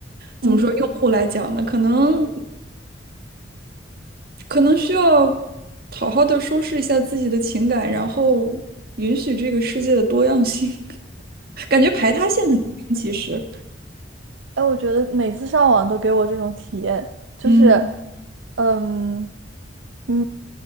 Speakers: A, on the right; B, on the right.
A: 怎么说，
B: 嗯。
A: 用户来讲呢，可能可能需要好好的收拾一下自己的情感，然后允许这个世界的多样性，<laughs> 感觉排他性很强，其实。
B: 哎，我觉得每次上网都给我这种体验，就是，
A: 嗯
B: 嗯，你